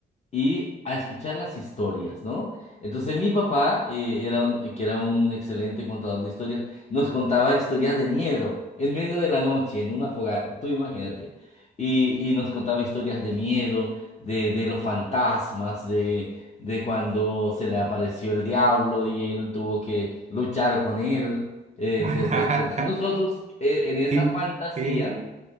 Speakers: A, on the left; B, on the right.
A: y a escuchar las historias, ¿no? Entonces mi papá, eh, era un- que era un excelente contador de historias, nos contaba historias de miedo en medio de la noche, en una fogata, tú imagínate. Y, y nos contaba historias de miedo, de, de los fantasmas, de, de cuando se le apareció el diablo y él tuvo que luchar con él, eh,
B: <laughs>
A: etcétera, etcétera. Nosotros, eh, en esa
B: Qué
A: fantasía
B: genio.